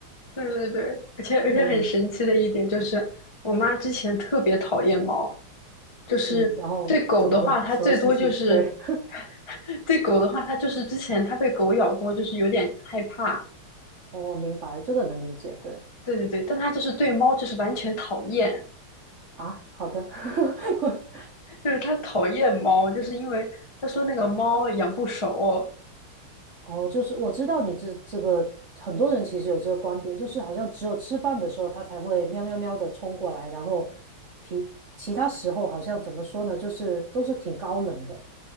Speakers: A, on the left; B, on the right.
A: 对对对，而且而且很神奇的一点就是，
B: 嗯
A: 我妈之前特别讨厌猫，就是对狗的话，
B: 嗯，然后怎么了？
A: 她最多就是
B: <laughs> 什么事情？对，
A: <laughs> 对狗的话，她就是之前她被狗咬过，就是有点害怕。
B: <laughs> 我明白，这个能理解。对
A: 对对对，但她就是对猫就是完全讨厌，
B: 啊，好的。<laughs>
A: 就是她讨厌猫，就是因为她说那个猫养不熟。
B: 哦，就是我知道你这这个很多人其实有这个观点，就是好像只有吃饭的时候它才会喵喵喵的冲过来，然后皮其他时候好像怎么说呢，就是都是挺高冷的，